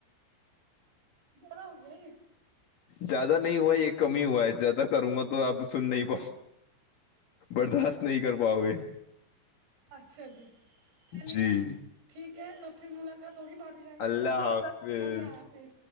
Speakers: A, on the right; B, on the left.
A: زیاد ہو گیا ہی
B: زیادہ نہیں ہوا ہے یہ کم ہی ہوا ہے زیادہ کروں گا تو آپ سن نہیں پاؤ برداشت نہیں کر پاے
A: اچھا جی چلیے
B: جی
A: ٹھیک ہے اور پھر ملاقات ہوگی باقی ان کے
B: اللہ
A: ساتھ
B: حافظ
A: اللہ حافظ